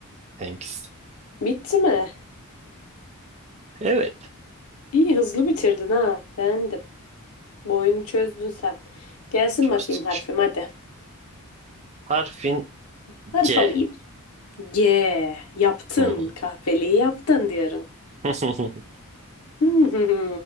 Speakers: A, on the right; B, on the left.
A: thanks.
B: Bitti mi?
A: Evet.
B: İyi hızlı bitirdin ha. Beğendim. Bu oyunu çözdün sen. Gelsin
A: Çözdük.
B: bakayım harfim hadi.
A: Harfin
B: Harf
A: G.
B: alayım. G. Yaptın.
A: Hı hı.
B: Kahveliği yaptın diyorum.
A: <laughs>
B: <laughs>